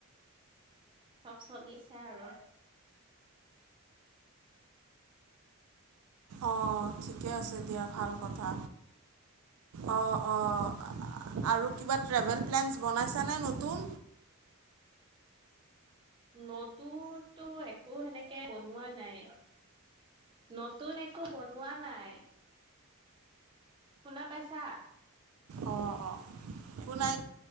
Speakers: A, on the right; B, on the right.
A: চব চলিছে আৰু
B: অ', ঠিকে আছে দিয়া। ভাল কথা অ', অ', আৰু কিবা ট্ৰেভেল প্লেনছ বনাইছা নে? নতুন
A: নতুনটো একো সেনেকে বনোৱা নাই। নতুন একো বনোৱা নাই। শুনা পাইছা?
B: অ', অ' একো নাই